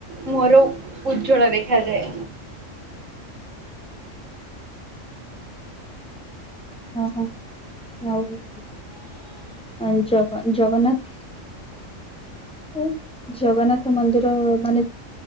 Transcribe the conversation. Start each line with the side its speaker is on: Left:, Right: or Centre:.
Right: ମୁହରୁ ଉଜ୍ଜଳ ଦେଖାାଯାଏ।
Centre: ହଁ, ହଁ, ଆଉ ଆଉ ଜଗ ଜଗନ୍ନାଥ। ଉ ଜଗନ୍ନାଥ ମନ୍ଦିର ମାନେ